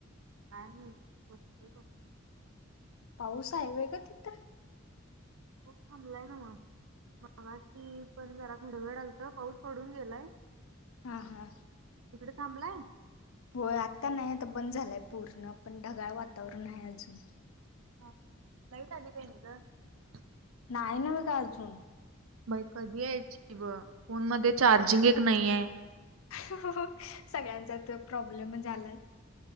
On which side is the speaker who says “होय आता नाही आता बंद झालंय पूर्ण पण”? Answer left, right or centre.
Left